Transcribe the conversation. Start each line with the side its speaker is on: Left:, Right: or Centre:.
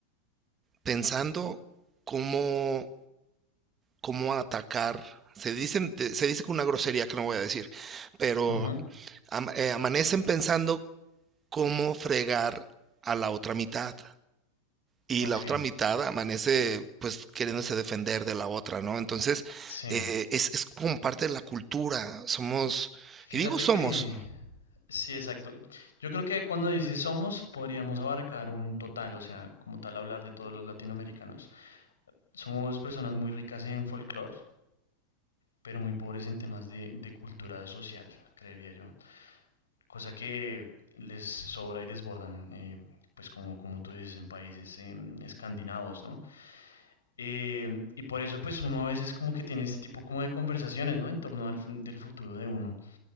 Right: pensando cómo, cómo atacar. Se dicen, de- se dice con una grosería que no voy a decir, pero
Left: Ujú,
Right: ama- eh, amanecen pensando cómo fregar a la otra mitad. y
Left: Ok,
Right: la otra mitad amanece pues queriéndose defender de la otra, ¿no? Entonces,
Left: sí.
Right: eh, es, es como parte de la cultura, somos,
Left: Fíjate
Right: y digo somos,
Left: que... Sí, exacto. Yo creo que cuando dices somos, podríamos abarcar un total, o sea, como tal hablar de todos los latinoamericanos. Somos personas muy ricas en folclore, pero muy pobres en temas de, de cultura social, creería yo. Cosa que les sobra y desbordan, eh, pues como, como tú dices, en países eh, escandinavos, ¿no? Eh, y por eso pues uno a veces como que tiene este tipo como de conversaciones, ¿no? En torno al, del futuro de uno.